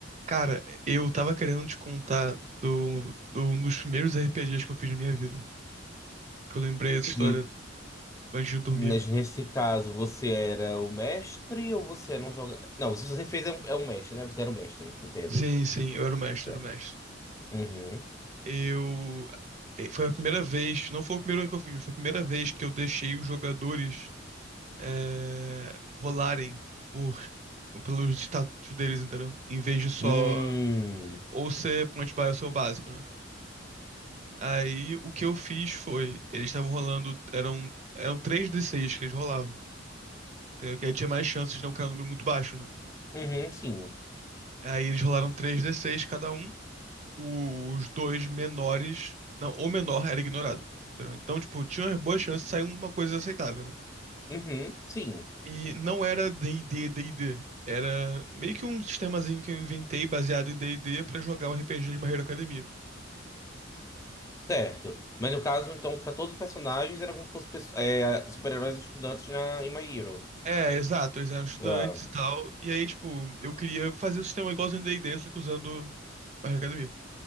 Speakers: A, on the right; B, on the left.
A: Cara, eu tava querendo te contar do, do um dos primeiros RPGs que eu fiz na minha vida. Que eu lembrei essa história
B: Hum,
A: antes de dormir.
B: mas Nesse caso, você era o mestre ou você era um jogador? Não, se você fez é um, é um mestre, né? Você era o mestre, entendo.
A: Sim, sim, eu era o mestre,
B: Certo.
A: eu era o mestre.
B: Uhum.
A: Eu. eh, Foi a primeira vez, não foi o primeiro que eu fiz, foi a primeira vez que eu deixei os jogadores eh, rolarem por, pelos status deles, entendeu? Em vez de só
B: Hum.
A: ou ser point buy ou ser o básico, né? Aí o que eu fiz foi, eles estavam rolando, eram, eram três d seis que eles rolavam. Entendeu? Que aí tinha mais chances de não cair um número muito baixo, né?
B: Uhum, sim.
A: Aí eles rolaram três d seis cada um. Os dois menores. Não, o menor era ignorado. entendeu? Então, tipo, tinha uma boa chance de sair uma coisa aceitável, né?
B: Uhum, sim.
A: E não era D&D, D&D. Era meio que um sistemazinho que eu inventei baseado em D&D pra jogar o RPG de My Hero Academia.
B: Certo. Mas no caso, então, para todos os personagens, era como se fossem pesso- é, super-heróis estudantes na, em My Hero.
A: É, exato. Eles eram estudantes
B: Tá.
A: e tal. E aí, tipo, eu queria fazer um sistema igualzinho ao D&D, só que usando My Hero Academia.